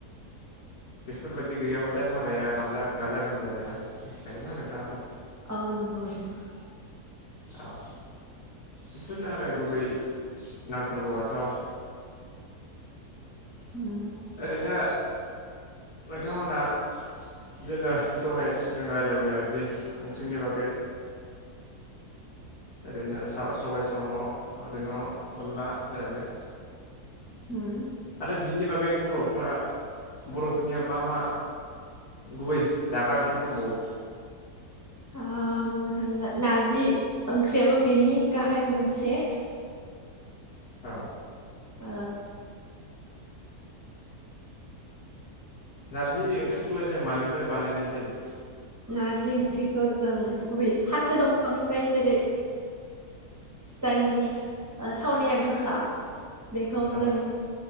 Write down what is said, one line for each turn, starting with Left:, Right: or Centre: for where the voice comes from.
Left: बेफोरबायदि गैयाबाथाय हाबाया गाजा गाजा गोमजा जाया मिथिखायोना नोंथाङाथ'
Right: औ नंगौ नंग
Left: औ बेफोरनो आरो गुबै नांथारगौआथ'
Right: उम
Left: ओरैनो नोंथांमोनहा बिदिनो दहाय जों राय्लायबोनाय बायदि ओंख्रिनि बागै ओरैनो सबाय साम' ओरै न' अनला जाहैबाय
Right: होम
Left: दा बिनि बागै बर'फ्रा बर'फोरनिया मा मा गुबै जाग्रा ओंख्रि दंबावो
Right: ओ बुंनो थाङोब्ला नारजि ओंख्रियाबो बेनि गाहाय मोनसे
Left: औ
Right: ओ
Left: नारजि ओंख्रिखौलाय जों मानिफ्राय बानायनाय जायो
Right: नारजि ओंख्रिखौ जों गुबै फाथो दंफांनिफ्राय जेरै जायनि ओ थावनाया गोखा बेखौ
Left: औ
Right: जों